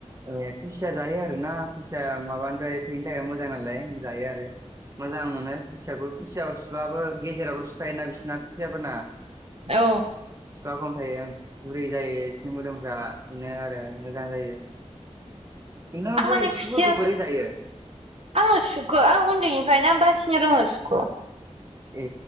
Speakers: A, on the right; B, on the right.
A: ए खुसिया जायो आरो ना खुसिया माबानिफ्राय थोैनि थाखाय मोजां नालाय जायो आरो मोजां मोनो खुसियाखौ खुसियाव सुआबो गेजेरावल' सु थायोना बिसिना खुसियाफोरना
B: औ
A: सुआ खम थायो गुरै जायो बिसोरनि मोदोमफ्रा बिदिनो आरो मोजां जायो नों
B: आं
A: बोरै
B: माने
A: सुफोरखौ
B: खुसियाखो
A: बोरै जायो
B: आङो सुखो आं उन्दैनिफ्रायनो बासि <unintelligible> सुखौ
A: ए